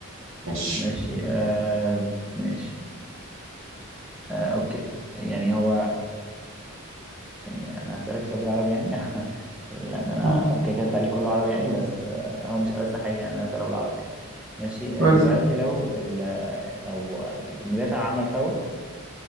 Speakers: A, on the right; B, in the centre.
A: ماشي
B: ماشي آه ماشي آه أوكي يعني هو يعني انا هسألك سؤال بالعربي يعني <laughs> لان انا
A: آه،
B: كده كده التعليق كله عربي يعني بس آه، هو مش ألذ حاجه يعني انا هسأله بالعربي يعني ماشي
A: قول
B: آه، دلوقتي لو ال- لو المدافع عمل فاول